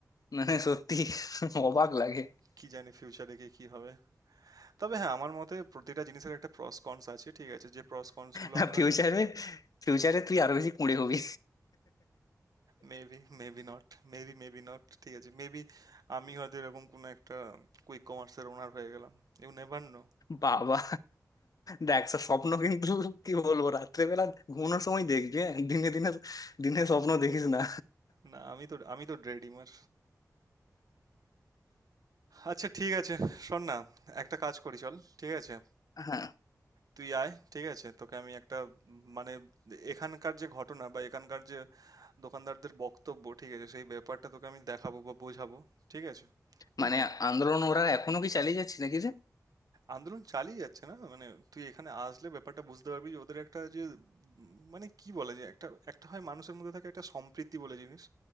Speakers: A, on the left; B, on the right.
A: মানে সত্যি <laughs> অবাক লাগে
B: কি জানি ফিউচারে গিয়ে কি হবে তবে হ্যাঁ আমার মতে প্রতিটা জিনিসের একটা প্রস কনস আছে ঠিক আছে যে প্রস কনস গুলো
A: না
B: আমরা
A: ফিউচারে ফিউচারে তুই আরো বেশি কুঁড়ে হবি
B: Maybe maybe not Maybe maybe not ঠিক আছে মেবি আমি হয়তো এরকম কোনো একটা কুইক কমার্সের ওনার হয়ে গেলাম ইউ নেভার নো
A: বাবা দেখ সব স্বপ্ন কিন্তু কি বলবো রাত্রেবেলা ঘুমানোর সময় দেখবি হ্যাঁ দিনে দিনে দিনে স্বপ্ন দেখিস না
B: না আমি তো আমি তো ড্রেডিমার আচ্ছা ঠিক আছে শোন না একটা কাজ করি চল ঠিক আছে
A: হ্যাঁ
B: তুই আয় ঠিক আছে তোকে আমি একটা উম, মানে এখানকার যে ঘটনা বা এখানকার যে দোকানদারদের বক্তব্য ঠিক আছে সেই ব্যাপারটা তোকে আমি দেখাবো বা বোঝাবো ঠিক আছে বুঝলি
A: মানে আন্দোলন ওরা এখনো কি চালিয়ে যাচ্ছে নাকি রে
B: আন্দোলন চালিয়ে যাচ্ছে না মানে তুই এখানে আসলে ব্যাপারটা বুঝতে পারবি যে ওদের একটা যে উম, মানে কি বলে যে একটা একটা হয় মানুষের মধ্যে থাকে একটা সম্প্রীতি বলে জিনিস